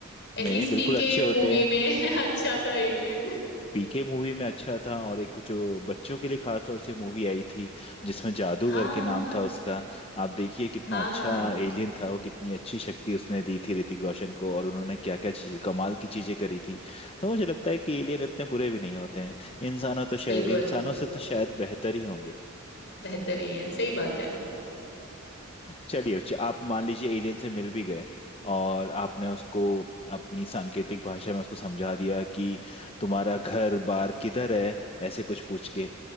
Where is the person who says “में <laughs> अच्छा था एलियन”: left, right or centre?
Left